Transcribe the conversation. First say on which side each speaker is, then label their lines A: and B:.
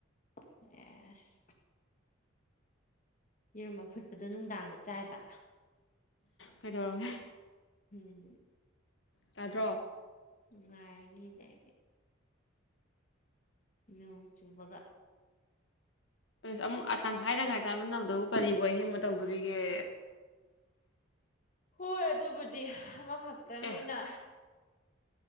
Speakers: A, on the left; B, on the left.
A: ꯌꯥꯏꯍꯦ ꯑ ꯑꯁ ꯌꯦꯔꯨꯝ ꯑꯐꯨꯠꯄꯗꯣ ꯅꯨꯡꯗꯥꯡꯗ ꯆꯥꯏꯕ
B: ꯀꯩꯗꯧꯔꯒꯦ
A: ꯎꯝ
B: ꯇꯥꯗ꯭ꯔꯣ
A: ꯅꯨꯡꯉꯥꯏꯔꯅꯤꯅꯦ ꯑꯩꯗꯤ ꯅꯣꯡ ꯆꯨꯕꯒ
B: ꯑꯃꯨꯛ ꯇꯪꯈꯥꯏ ꯇꯪꯈꯥꯏ ꯆꯥꯃꯤꯟꯅꯕꯗꯨꯕꯨ ꯀꯔꯤꯕꯨ ꯑꯍꯦꯟꯕ ꯇꯧꯗꯣꯔꯤꯒꯦ
A: ꯍꯣꯏ ꯑꯗꯨꯕꯨꯗꯤ ꯑꯃꯈꯛꯇꯪꯅꯤꯅ
B: ꯑꯦ